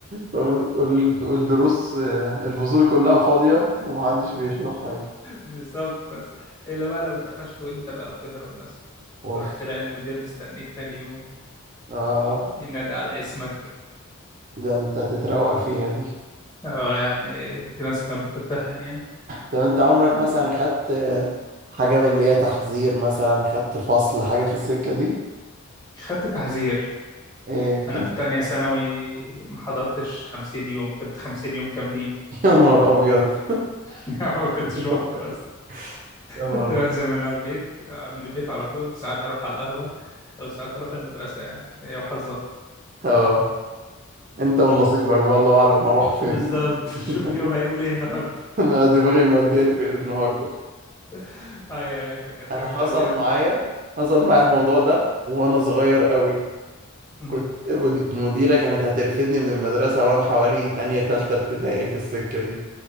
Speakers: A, on the right; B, on the left.
A: وال- والدروس آه، الفصول كلها فاضية ومحدش بيشرح حاجة
B: بالظبط بس الا بقى لو اتقفشت وانت بقى بتهرب مثلا
A: اوف
B: تروح تلاقي المدير مستنيك تاني يوم
A: اه
B: تدي نادي على اسمك
A: ده انت تتروق فيها دي
B: اه يعني في ناس كانت بتتطحن يعني
A: طب انت عمرك مثلا خدت آه، حاجة من اللي هي تحذير مثلا خدت فصل حاجة في السكة دي
B: خدت تحذير
A: ايه
B: انا
A: كان
B: في تانية ثانوي ما حضرتش 50 يوم كنت 50 يوم كاملين
A: <laughs> يا نهار أبيض
B: <laughs> ما كنتش
A: <laughs>
B: بحضر
A: يا نهار
B: كنت بنزل من على البيت آه، من البيت على طول ساعات اروح على القهوة او ساعات اروح المدرسة يعني هي وحظها
A: اه انت ونصيبك
B: امم
A: بقى الله أعلم هروح فين
B: بالظبط <laughs>
A: <laughs>
B: شوف اليوم هيقول ايه النهارده
A: انا دماغي مودياني في إيه النهارده
B: <laughs> ايوه ايوه فكانت
A: انا
B: جامدة
A: حصل
B: قوي يعني
A: معايا حصل معايا الموضوع
B: مم.
A: ده وانا صغير قوي
B: مم.
A: كنت المد- المديره كانت هترفدني من المدرسه وانا حوالي تانية تالتة ابتدائي في السكه دي